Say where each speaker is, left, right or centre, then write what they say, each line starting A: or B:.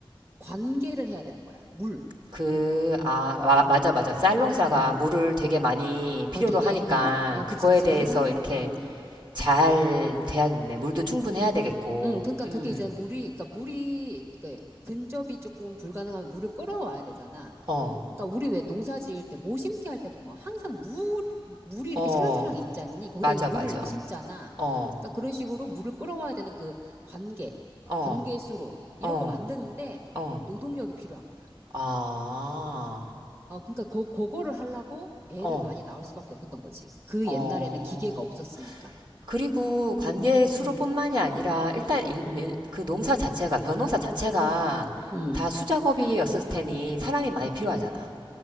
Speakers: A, on the right; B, on the right.
A: 관계를 해야 되는 거야. 물.
B: 그, 아, 마-
A: 음,
B: 맞아, 맞아. 쌀농사가
A: 어,
B: 물을 되게 많이
A: 어,
B: 필요로
A: 되게,
B: 하니까
A: 어, 어,
B: 그거에
A: 그치, 그치.
B: 대해서
A: 거기다 항상,
B: 이렇게
A: 음.
B: 잘 돼야겠네. 물도 충분해야 되겠고.
A: 음, 그러니까
B: 음.
A: 그게 이제 물이, 그러니까 물이, 그 근접이 조금 불가능하면 물을 끌어와야 되잖아.
B: 어,
A: 뭐, 그러니까 우리 왜 농사 지을 때, 모 심기 할 때 보면 항상 물, 물이 이렇게
B: 어,
A: 차량차량 있잖니? 거기다
B: 맞아,
A: 이 모를
B: 맞아.
A: 이렇게 심잖아.
B: 어,
A: 그러니까 그런 식으로 물을 끌어와야 되는 그 관계,
B: 어,
A: 관계수로, 이런
B: 어,
A: 거 만드는데
B: 어,
A: 노동력이 필요한 거야.
B: 아,
A: 아, 그러니까 그, 그거를 하려고 애를
B: 어,
A: 많이 낳을 수밖에 없었던 거지. 그
B: 어.
A: 옛날에는 기계가 없었으니까.
B: 그리고 관계 수로뿐만이
A: 음,
B: 아니라 일단 일,
A: 음,
B: 밀- 그 농사 자체가, 변호사 자체가
A: 음.
B: 다 수작업이었을 테니 사람이 많이 필요하잖아.